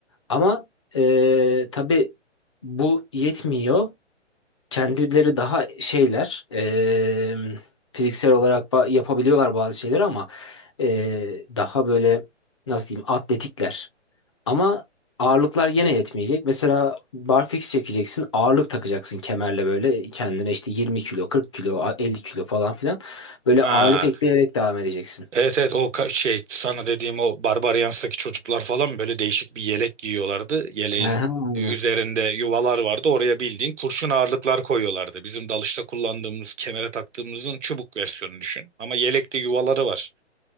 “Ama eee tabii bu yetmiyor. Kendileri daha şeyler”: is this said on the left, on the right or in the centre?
Left